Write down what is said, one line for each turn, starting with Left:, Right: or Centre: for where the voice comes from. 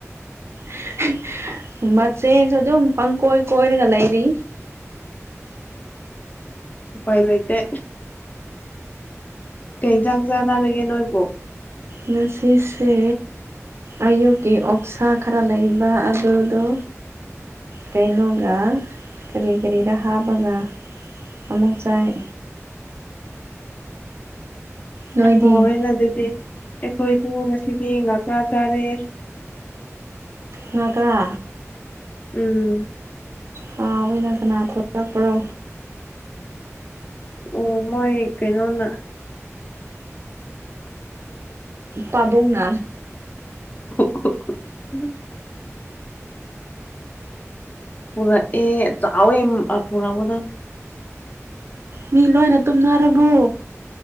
Right: <unintelligible> ꯃꯁꯦꯗꯣ ꯑꯗꯨꯝ ꯄꯪꯀꯣꯏ ꯀꯣꯏꯔꯒ ꯂꯩꯔꯤ
Left: ꯎꯄꯥꯏ ꯂꯩꯥꯇꯦ ꯀꯩ ꯖꯥꯡ ꯆꯥꯅꯔꯒꯦ ꯅꯣꯏꯕꯨ
Right: ꯉꯁꯤꯁꯦ ꯑꯌꯨꯀꯤ ꯑꯣꯛꯁꯥ ꯈꯔ ꯂꯩꯕ ꯑꯗꯨꯗꯨ ꯀꯩꯅꯣꯒ ꯀꯔꯤ ꯀꯔꯤꯗ ꯍꯥꯞꯄꯒ ꯑꯃꯨꯛ ꯆꯥꯏ ꯅꯣꯏꯗꯤ
Left: ꯍꯥꯎꯑꯦꯅ ꯑꯗꯨꯗꯤ ꯑꯩꯈꯣꯏꯁꯨ ꯉꯁꯤ ꯃꯤ ꯉ ꯈꯥ ꯆꯔꯦ
Right: ꯉꯒ꯭ꯔꯥ
Left: ꯎꯝ
Right: ꯍꯥꯎ ꯑꯣꯏꯅ ꯀꯅꯥ ꯊꯣꯛꯂꯛꯄ꯭ꯔꯣ
Left: ꯎꯝ ꯃꯣꯏ ꯀꯩꯅꯣꯅ
Right: ꯄꯥꯕꯨꯡꯅ
Left: <unintelligible> ꯄꯨꯔ ꯑꯦ ꯆꯥꯑꯣ ꯄꯨꯔꯛꯄꯗꯣ
Right: ꯃꯤ ꯂꯣꯏꯅ ꯇꯨꯝꯅꯔꯕꯣ